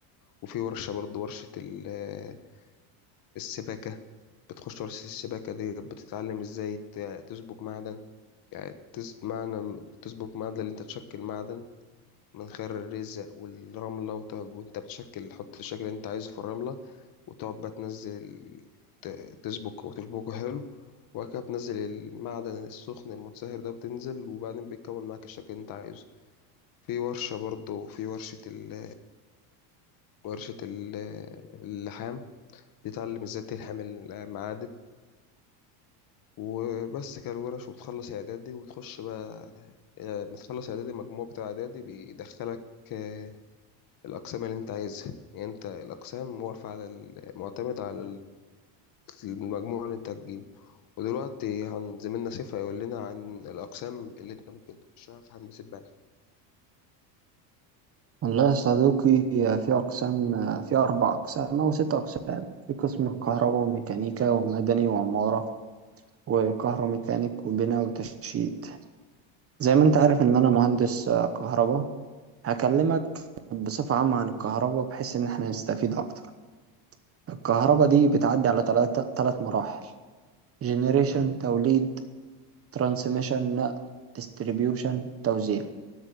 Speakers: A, on the left (about 45°); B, on the right (about 30°).
A: وفي ورشة برضه ورشة ال- السباكة بتخش ورشة السباكة دي بتتعلم ازاي ت- تسبك معدن يعني تس- معنى تسبك معدن اللي انت تشكل معدن من خير الرزق والرملة وت- وانت بتشكل تحط الشكل اللي انت عايزه في الرملة وتقعد بقى تنزل ت- تسبك وتشبكه حلو وبعد كده بتنزل المعدن السخن المنصهر ده بتنزل وبعدين بيتكون معاك الشكل اللي انت عايزه في ورشة برضه في ورشة ال ورشة ال- اللحام بتتعلم ازاي تلحم المعادن وبس كده الورش وبتخلص اعدادي وتخش بقى يعني بتخلص اعدادي المجموع بتاع اعدادي بيدخلك آه، الاقسام اللي انت عايزها يعني انت الاقسام واقفة على ال- معتمد على المجموع اللي انت هتجيبه ودلوقتي هن زميلنا سيف هيقول لنا عن الأقسام اللي انت ممكن تخشها في هندسة بنا
B: والله يا صديقي في أقسام في أربع أقسام أو ست أقسام في قسم كهرباء وميكانيكا ومدني وعمارة وكهروميكانيك وبناء وتشييد زي ما أنت عارف إن أنا مهندس آه، كهرباء هكلمك بصفة عامة عن الكهرباء بحيث إن إحنا نستفيد أكتر الكهرباء دي بتعدي على تلاتة تلات مراحل جنريشن توليد ترانسميشن نقل ديستريبيوشن توزيع